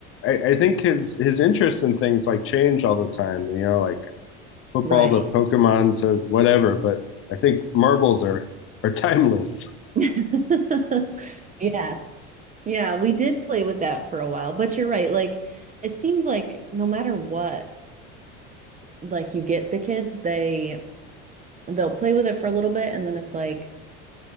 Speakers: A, on the left; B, on the right.
A: I, I think his his interests in things like change all the time, you know, like football
B: right.
A: to Pokemon to whatever, but I think marbles are are <laughs> timeless.
B: <laughs> Yes. Yeah, we did play with that for a while, but you're right. Like it seems like no matter what, like you get the kids, they they'll play with it for a little bit and then it's like